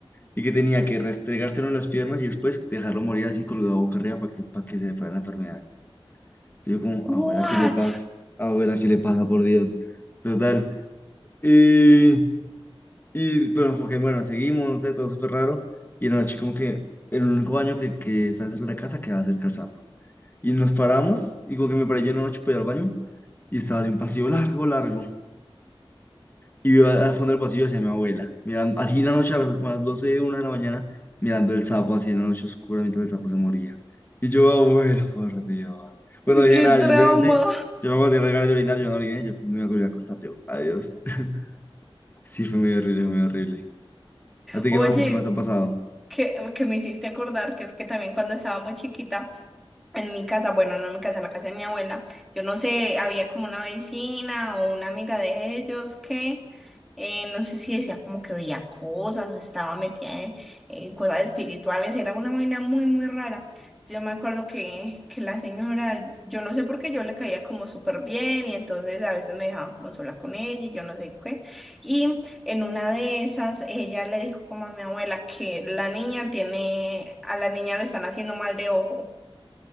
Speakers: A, on the left; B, in the centre.
A: y que tenía que restregárselo en las piernas y después dejarlo morir así colgado boca arriba para que, para que se le fuera la enfermedad. Y yo como,
B: ¿What?
A: abuela, ¿qué le pasa? Abuela, ¿qué le pasa? Por Dios. Total. Y, y bueno, porque bueno, seguimos, no sé, todo súper raro. Y en la noche como que el único baño que, que está cerca de la casa queda cerca al y nos paramos, y como que me paré yo en la noche para ir al baño, y estaba así un pasillo largo, largo. Y yo al fondo del pasillo hacia mi abuela, mirando, así en la noche a las, como a las doce una de la mañana, mirando el sapo así en la noche oscura mientras el sapo se moría. Y yo, abuela, por Dios. Bueno, dije
B: ¡Qué
A: nada,
B: trauma!
A: simplemente yo me acuerdo de las ganas de orinar, yo no oriné, yo me volví a acostar, yo, adiós. <laughs> Sí, fue muy horrible, muy horrible. ¿A ti
B: Oye,
A: qué más, qué más ha pasado?
B: que, que me hiciste acordar que es que también cuando estaba muy chiquita, En mi casa, bueno, no en mi casa, en la casa de mi abuela, yo no sé, había como una vecina o una amiga de ellos que eh, no sé si decía como que veía cosas o estaba metida en, en cosas espirituales, era una vaina muy, muy rara. Yo me acuerdo que, que la señora, yo no sé por qué yo le caía como súper bien y entonces a veces me dejaban como sola con ella y yo no sé qué. Y en una de esas, ella le dijo como a mi abuela que la niña tiene, a la niña le están haciendo mal de ojo